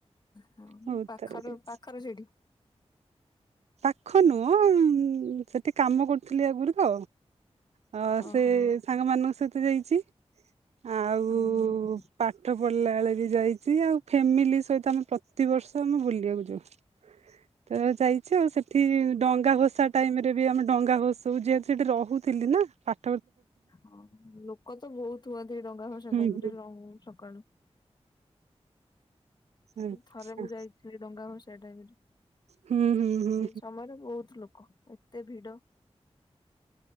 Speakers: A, on the left; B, on the right.
A: ହଁ
B: ବହୁତ
A: ପାଖରେ
B: ଥର ଯାଇଛି।
A: ପାଖରେ ସେଇଠି।
B: ପାଖ ନୁହ ସେଠି କାମ କରୁଥିଲି ଆଗରୁ ତ ଅ
A: ଓହୋ
B: ସେ ସାଙ୍ଗମାନଙ୍କ ସହିତ ଯାଇଚି ଆଉ
A: ହଁ
B: ପାଠ ପଢ ଗଲା ବେଳେ ବି ଯାଇଛି ଆଉ ଫ୍ୟାମିଲି ସହିତ ଆମେ ପ୍ରତିିବର୍ଷ ଆମେ ବୁଲିବାକୁ ଯାଉ। ତ ଯାଇଛି ଆଉ ସେଠି ଡଙ୍ଗା ଭସା ଟାଇମ ରେ ବି ଆମେ ଡଙ୍ଗା ଭଷାଉ ଯେହେତୁ ସେଠି ରହୁଥିଲି ନା ପା
A: ହଁ ଲୋକ ତ ବହୁତ ହୁଅନ୍ତି ଡଙ୍ଗା ଭଷା
B: ହୁଁ
A: ଟାଇମ
B: ହୁଁ
A: ରେ ସକାଳୁ।
B: ଆଚ୍ଛା
A: ଥରେ ମୁଁ ଯାଇଥିଲି ଡଙ୍ଗା ଭସାଇବା ଟାଇମରେ
B: ହୁଁ ହୁଁ ହୁଁ
A: ସେଇ ସମୟରେ ବହୁତ ଲୋକ। ଏତେ ଭିଡ଼